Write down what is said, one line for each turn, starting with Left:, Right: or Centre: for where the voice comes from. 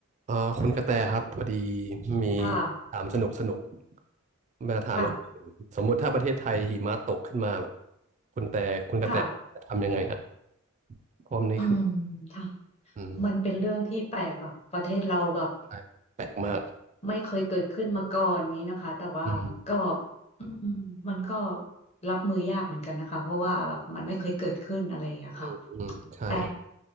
Right: เอ่อคุณกระแตครับพอดีมี
Left: ค่ะ
Right: ถามสนุกสนุกมาถามว่า
Left: ค่ะ
Right: สมมุติถ้าประเทศไทยหิมะตกขึ้นมาแบบคุณแต่คุณกระแตจะทำยังไงฮะ
Left: ค่ะ
Right: เพราะว่ามันนี่คือ
Left: อืมค่ะ
Right: อืม
Left: มันเป็นเรื่องที่แปลกแบบประเทศเราแบบ
Right: ใช่แปลกมาก
Left: ไม่เคยเกิดขึ้นมาก่อนงี้นะคะแต่ว่าก็
Right: อืม
Left: อืมมันก็รับมือยากเหมือนกันนะคะ เพราะว่าแบบมันไม่เคยเกิดขึ้นอะไรอย่างเงี้ยค่ะ
Right: อืมอืมใช่
Left: แต่